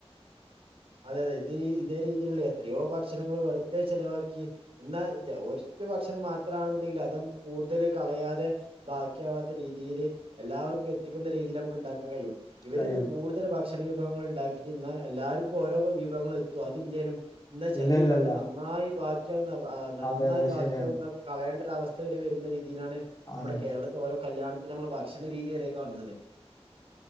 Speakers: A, on the right; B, on the left.
A: അതെ അതെ ഇത് ഇതേ രീതിയിലുള്ള എത്രയോ ഭക്ഷണങ്ങൾ വെറുത ചിലവാക്കി എന്നാ ജ ഒര്റ്റ ഭക്ഷണം മാത്രമാണെന്നുണ്ടെങ്കിൽ അത് നമുക്ക് കൂടുതൽ കളയാതെ ബാക്കിയാവാത്ത രീതിയിൽ എല്ലാവർക്കും എത്തിക്കുന്ന രീതിൽ നമുക്ക് ഉണ്ടാക്കാൻ കയിയും ഇവര്
B: കഴിയണം
A: ഇത് കൂടുതൽ ഭക്ഷണ വിഭവങ്ങൾ ഉണ്ടാക്കിട്ട് ന്നാ എല്ലാർക്കും ഓരോ <unintelligible> വിഭവങ്ങളും എത്തും അതില്ലേനും ഇന്നാ ചില
B: ഇല്ലല്ലല്ല
A: വിഭവങ്ങൾ നന്നായി ബാക്കിയാവുന്ന ആ നന്നായി
B: അതെ അതെ
A: ബാക്കിയാവുന്ന
B: ശരിയാണ്
A: കളയേണ്ട ഒരവസ്ഥ വരെ വരുന്ന രീതിയിലാണ് നമ്മുടെ
B: ആണ്
A: കേരള- ഓരോ കല്യാണത്തിന് നമ്മള് ഭക്ഷണ രീതി വരെ കാണുന്നത്